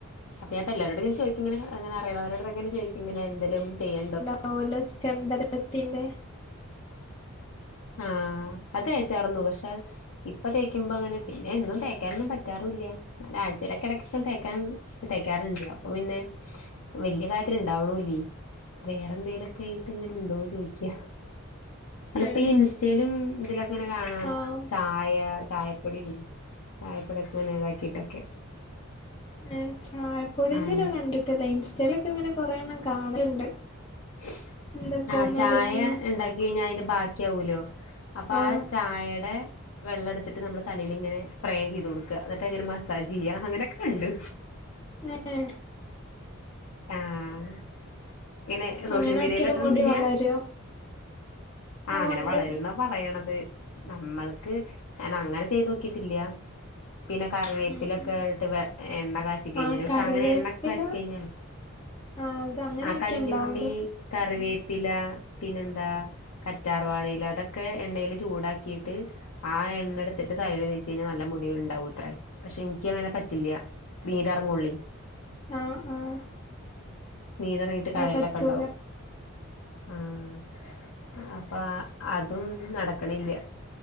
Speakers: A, on the left; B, on the left.
A: അപ്പഞാപ്പോ എല്ലരോടിങ്ങനെ ചൊയ്ക്കുംങ്ങനെ അങ്ങനെ അറിയണോരോട്ത്തൊക്കെങ്ങനെ ചോയ്ക്കും ഇങ്ങനെ എന്തേലും ചെയ്യാ
B: പോലെ ചെമ്പരത്തിന്റെ
A: ആഹ് അതേച്ചാർന്നു പക്ഷെ ഇപ്പ തേക്കുമ്പോ ഇങ്ങനെ പിന്നെ എന്നും തേക്കാനൊന്നും പറ്റാറൂല്ല്യ. ഞാൻ ആഴ്ചയിലൊക്കെ ഇടക്കൊക്കൊന്ന് തേക്കാൻ തേക്കാറുണ്ട് അപ്പൊ പിന്നെ വല്ല്യ കാര്യത്തില് ഇണ്ടാവണൂല്ലേ. വേറെന്തേലൊക്കായിട്ട് ഇങ്ങനെ ഇണ്ടോന്ന് ചൊയ്ക്ക്യാ.
B: ഏഹ്
A: ഇപ്പൊ ഈ ഇൻസ്റ്റയിലും ഇതിലൊക്കെ ഇങ്ങനെ കാണാം
B: ആഹ്
A: ചായ ചായ പ്പൊടിം ചായപ്പൊടിക്കെങ്ങനെ ഇതാക്കിയിട്ടൊക്കെ.
B: ഏ ചായപ്പൊടിന്റെ
A: അങ്ങനെ
B: ഞാൻ കണ്ടിട്ടല്ല. ഇൻസ്റ്റേ ലൊക്കെങ്ങനെ കൊറെഎണ്ണം കാണല്ണ്ട്.
A: <inaudible>
B: എന്തൊക്കോ
A: ആഹ്
B: മരുന്നും
A: ചായ ഇണ്ടാക്കി കയ്ഞ്ഞാ അതിന്റെ ബാക്കിയാവാലോ? അപ്പൊ ആ
B: ആഹ്
A: ചായേടെ വെള്ളം എടുത്തിട്ട് നമ്മള് തലേലിങ്ങനെ സ്പ്രേ ചെയ്ത് കൊടുക്ക. ന്നിട്ട് അത്ങ്ങനെ മസാജ്യ്യ അങ്ങനെക്കെണ്ട്.
B: ഏഹ്?
A: ആഹ് ഇങ്ങനെ സോഷ്യൽ
B: അങ്ങനെ
A: മീഡിയിലൊക്കെ
B: ആക്കിയാല് മുടി
A: ഒന്നൂല്ല്യാ?
B: വളരോ
A: ആ
B: ഓഹ്
A: അങ്ങനെ
B: ഇണ്ട്ണ്ട്
A: വളരുന്നാ പറയണത്. നമ്മൾക്ക് ഞാൻ അങ്ങനെ ചെയ്തോക്കിട്ടില്ല. പിന്നെ കറിവേപ്പിലൊക്കെ
B: ഉം ഉം
A: ഇട്ട് വെ എണ്ണ കാച്ചികയ്ഞ്ഞാല്
B: ആഹ്
A: പക്ഷെ
B: കറിവേപ്പില
A: അങ്ങനെ എണ്ണക്കെ കാച്ചിക്കെയ്ഞ്ഞാല്
B: ആഹ് അത് അങ്ങനെ
A: ആ
B: ആക്കിയാണ്ടാവും
A: കഞ്ഞുണ്ണി, കറിവേപ്പില പിന്നെന്താ കറ്റാർവാഴയില അതൊക്കെ എണ്ണയില് ചൂടാക്കിയിട്ട് ആ എണ്ണട്ത്തിട്ട് തലയില് തേച്ച്യ്ഞ്ഞാ നല്ല മുടി ഇണ്ടാവൂത്രേ. പക്ഷെ ഇൻക്കങ്ങനെ പറ്റില്ല്യാ. നീരെറെങ്ങൊള്ളൂ.
B: ആഹ്ആഹ്.
A: നീരറങ്ങിട്ട് കഴേലൊക്കെ
B: പറ്റൂല
A: ഇണ്ടാവും. ആഹ് അപ്പോ അതും നടക്കണില്ല.